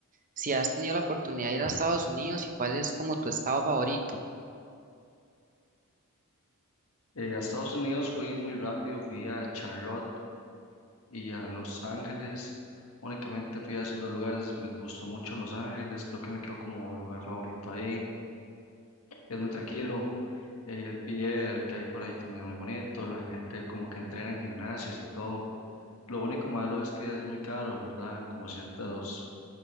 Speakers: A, on the right; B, on the left.
A: si has tenido la oportunidad de ir a Estados Unidos y cuál es como tu estado favorito.
B: Eh, a Estados Unidos fui muy rápido, fui a Charlotte y a Los Ángeles. Únicamente fui a esos dos lugares, me gustó mucho Los Ángeles, creo que me quedó como el lugar favorito ahí. Es muy tranquilo, eh, el pier que hay por ahí también es muy bonito, la gente como que entrena en gimnasios y todo. Lo único malo es que es muy caro, ¿verdad? Como ciertos